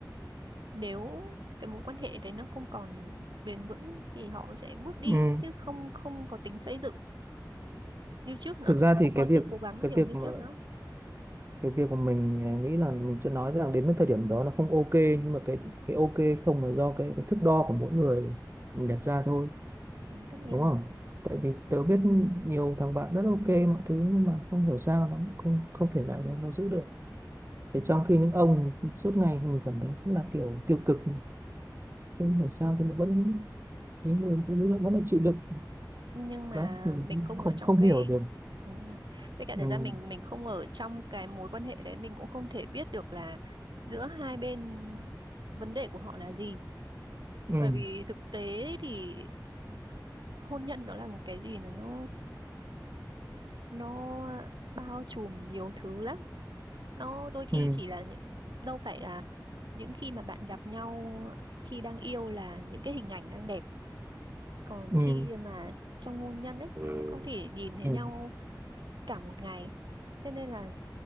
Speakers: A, on the right; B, on the right.
A: nếu cái mối quan hệ đấy nó không còn bền vững thì họ sẽ bước đi
B: ừ.
A: chứ không không có tính xây dựng như trước nữa
B: thực ra
A: không
B: thì
A: có
B: cái việc
A: sự cố gắng
B: cái
A: nhiều
B: việc
A: như
B: mà
A: trước nữa
B: cái việc mà mình à, nghĩ là mình sẽ nói rằng đến cái thời điểm đó nó không ok nhưng mà cái cái ok không là do cái, cái thước đo của mỗi người mình đặt ra thôi
A: đấy, tất nhiên
B: đúng không
A: rồi
B: tại vì tớ biết nhiều thằng bạn rất ok mọi thứ nhưng mà không hiểu sao nó không không thể nào nó, nó giữ được thì
A: ừ.
B: trong khi những ông suốt ngày mình cảm thấy là kiểu tiêu cực không hiểu sao thì nó vẫn cái người phụ nữ nó vẫn là chịu đựng
A: nhưng mà
B: đấy thì
A: mình không
B: không
A: ở trong
B: không
A: cái
B: hiểu được
A: ừ. với cả thời
B: ừ,
A: gian mình mình không ở trong cái mối quan hệ đấy mình cũng không thể biết được là giữa hai bên vấn đề của họ là gì
B: ừ,
A: bởi vì thực tế thì hôn nhân nó là một cái gì nó nó nó bao trùm nhiều thứ lắm nó đôi khi
B: ừ,
A: chỉ là những, đâu phải là những khi mà bạn gặp nhau khi đang yêu là những cái hình ảnh đang đẹp còn
B: ừ,
A: khi mà trong hôn nhân ấy
B: Ừ.
A: có thể nhìn thấy
B: ừ,
A: nhau cả một ngày thế nên là